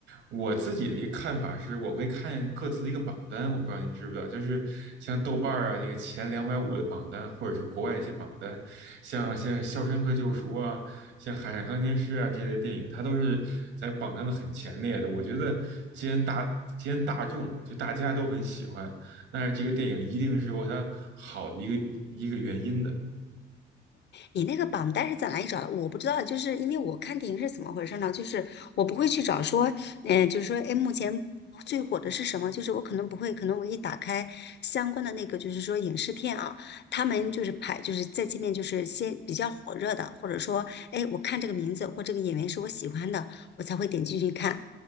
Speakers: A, on the right (about 85°); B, on the left (about 60°).
A: 我自己的一个看法是，我会看各自的一个榜单，我不知道您知不知道，就是像豆瓣儿啊那个前两百五的榜单，或者是国外一些榜单，像像《肖申克救赎》啊，像《海上钢琴师啊》这类电影，它都是在榜单的很前列的。我觉得，既然大既然大众就大家都很喜欢，但是这个电影一定是有它好的一个一个原因的
B: 你那个榜单是在哪里找的？我不知道，就是因为我看电影是怎么回事呢？就是我不会去找说，嗯、就是说，哎，目前最火的是什么？就是我可能不会，可能我一打开相关的那个，就是说影视片啊，他们就是排，就是在界面就是先比较火热的，或者说，哎，我看这个名字或这个演员是我喜欢的，我才会点进去看。